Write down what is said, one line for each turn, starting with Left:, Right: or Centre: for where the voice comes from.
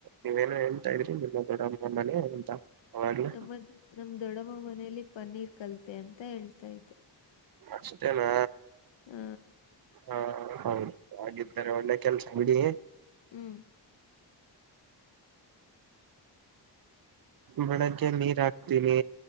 Right: ನೀವೇನೋ ಹೇಳ್ತಾ ಇದ್ರಿ ನಿಮ್ಮ ದೊಡ್ಡ ಅಮ್ಮ ಮನೆ ಅಂತ ಅವಾಗ್ಲ
Left: ನಮ್ಮ ನಮ ದೊಡ್ಡಮ್ಮ ಮನೇಲಿ ಪನ್ನೀರ್ ಕಲತೆೆ ಅಂತ ಹೇಳ್ತಾ ಇದ್ರು
Right: ಅಷ್ಟೇನಾ
Left: ಹ್ಮ
Right: ಹ ಹೌದು ಹಾಗರೆ ಒಳ್ಳೆ ಕೆಲಸ ಬಿಡಿ
Left: ಹ್ಮ್
Right: ಬೆಳಗ್ಗೆ ನೀರ್ ಹಾಕ್ತೀನಿ